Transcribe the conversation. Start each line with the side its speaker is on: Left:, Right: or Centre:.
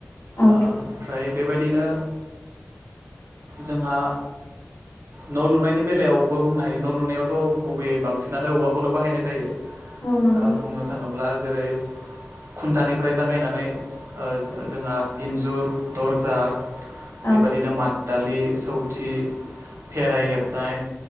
Left: औ
Right: ओमफ्राय बेबायदिनो जोंहा न' लुनायनि बेलायावबो बुंनो हायो न' लुनायावथ' गुब गुबैयै बांसिनानो औबवाखौनो बाहायनाय जायो
Left: औ नंगौ
Right: ओ बुंनो थाङोब्ला जेरै खुन्थानिफ्राय जागायनानै ओ ओ जोंहा इन्जुर दर्जा
Left: औ
Right: बेबादिनो मादालि सौथि फेराइ हेबनाय